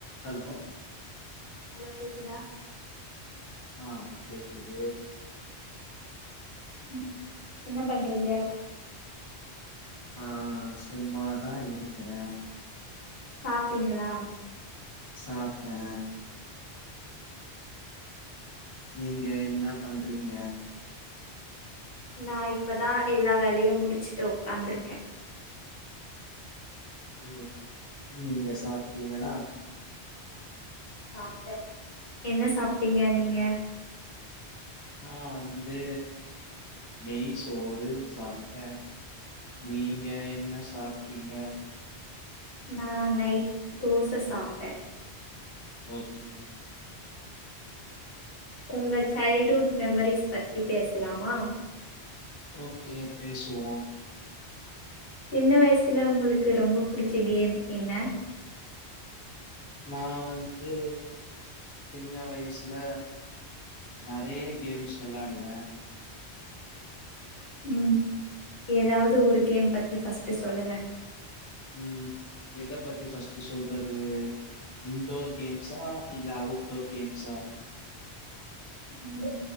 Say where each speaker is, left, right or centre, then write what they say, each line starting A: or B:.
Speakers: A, on the left (about 25°); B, on the left (about 60°).
A: hello
B: hello கேக்குதா
A: ஆ கேக்குது
B: ம் என்ன பண்றீங்க
A: ஆ சும்மாதா இருக்குற
B: சாப்ட்டீங்களா
A: சாப்ட்ட நீங்க என்ன பண்றீங்க
B: நா இப்பதா எல்லா வேலயு முடிச்சுட்டு உக்காந்துருக்கே
A: <unintelligible> நீங்க சாப்ட்டீங்களா
B: சாப்ட்டே என்ன சாப்ட்டீங்க நீங்க
A: நா வந்து நெய் சோறு சாப்ட்டே நீங்க என்ன சாப்பிட்டீங்க
B: நா நைய் தோச சாப்ட்டே
A: ஓக்கே
B: உங்க சைல்டுஹுட் மெமரிஸ் பத்தி பேசலாமா
A: ஓக்கே பேசுவோ
B: சின்ன வயசுல உங்களுக்கு ரொம்ப புடிச்ச கேம் என்ன
A: நா வந்து சின்ன வயசுல நெறைய கேம்ஸ் வெளாடுவே
B: ம் ஏதாவது ஒரு கேம் பத்தி ஃபர்ஸ்ட்டு சொல்லுங்க
A: ம் எத பத்தி ஃப்ர்ஸ்ட்டு சொல்றது இன்டோர் கேம்ஸ் ஆ இல்ல அவுட் டோர் கேம்ஸா
B: ம்